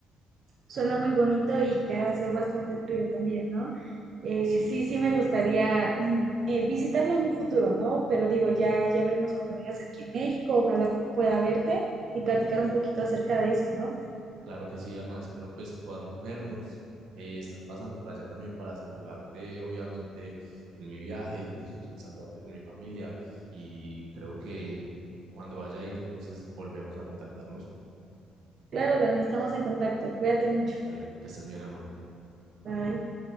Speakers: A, on the right (about 50°); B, on the right (about 80°).
A: Suena muy bonito y que hace bastante frío también, ¿no? Eh,
B: Sí,
A: sí, sí me gustaría mm, eh, visitarlo en un futuro, ¿no? Pero digo, ya, ya veremos cuando vengas aquí en México, ojalá pueda verte y platicar un poquito acerca de eso, ¿no?
B: Claro que sí, Alma, espero pues podamos vernos, eh, estar pasando por allá también para saludarte, obviamente, en mi viaje, saludarte con mi familia, y creo que cuando vaya a ir entonces volvemos a contactarnos.
A: Claro, Dani, estamos en contacto. Cuídate mucho.
B: Dale, que estés bien, Alma.
A: Bye.